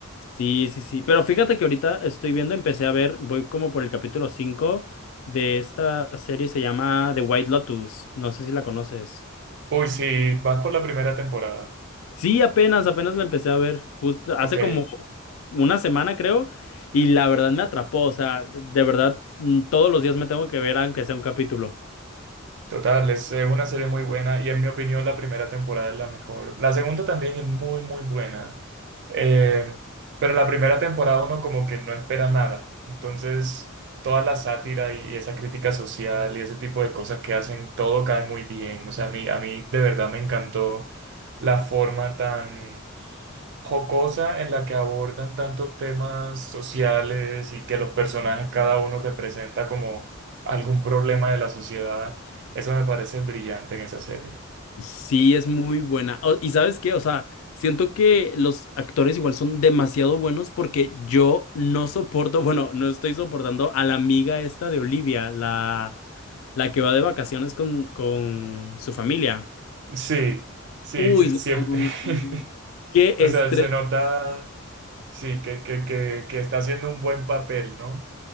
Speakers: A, on the left; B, on the right.
A: Sí, sí, sí, pero fíjate que ahorita estoy viendo, empecé a ver, voy como por el capítulo 5 de esta serie, se llama The White Lotus, no sé si la conoces.
B: Uy, sí, vas por la primera temporada.
A: Sí, apenas, apenas la empecé a ver, justo
B: Ok.
A: hace como una semana creo, y la verdad me atrapó, o sea, de verdad mm, todos los días me tengo que ver aunque sea un capítulo.
B: Total, es eh, una serie muy buena y en mi opinión la primera temporada es la mejor. La segunda también es muy, muy buena. Eh, pero la primera temporada uno como que no espera nada. Entonces, toda la sátira y esa crítica social y ese tipo de cosas que hacen, todo cae muy bien. O sea, a mí, a mí de verdad me encantó la forma tan jocosa en la que abordan tantos temas sociales y que los personajes cada uno representa como algún problema de la sociedad. Eso me parece brillante en esa serie.
A: Sí, es muy buena. O- y sabes qué, o sea, siento que los actores igual son demasiado buenos porque yo no soporto, bueno, no estoy soportando a la amiga esta de Olivia, la, la que va de vacaciones con, con su familia.
B: Sí, sí,
A: Uy,
B: sí, siempre.
A: no, no, no,
B: <laughs>
A: no, qué
B: O
A: estrés.
B: sea, se nota, sí, que, que, que, que está haciendo un buen papel, ¿no?